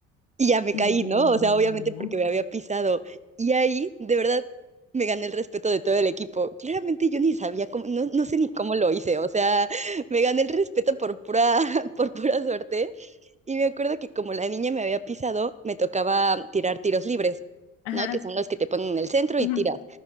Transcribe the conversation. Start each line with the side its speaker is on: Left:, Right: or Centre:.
Right: Y ya me
Left: No.
Right: caí, ¿no? O sea, obviamente porque me había pisado. Y ahí, de verdad, me gané el respeto de todo el equipo. Claramente yo ni sabía cómo, no, no sé ni cómo lo hice. O sea, <laughs> me gané el respeto por pura, <laughs> por pura suerte. Y me acuerdo que como la niña me había pisado, me tocaba tirar tiros libres,
Left: Ajá.
Right: ¿no? Que son los que te ponen en el centro
Left: ujú,
Right: y tiras.